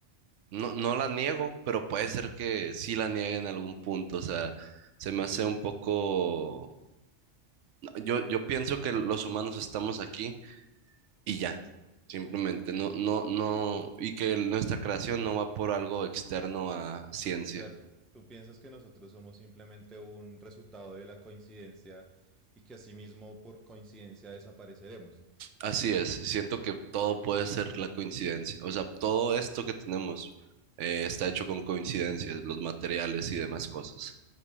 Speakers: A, on the right; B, in the centre.
A: no, no la niego, pero puede ser que sí la niegue en algún punto. O sea, se me hace un poco... Yo, yo pienso que los humanos estamos aquí y ya, simplemente. No, no, no, y que nuestra creación no va por algo externo a ciencia.
B: O sea, tú piensas que nosotros somos simplemente un resultado de la coincidencia y que asimismo por coincidencia desapareceremos.
A: Así es, siento que todo puede ser la coincidencia, o sea, todo esto que tenemos eh, está hecho con coincidencias, los materiales y demás cosas.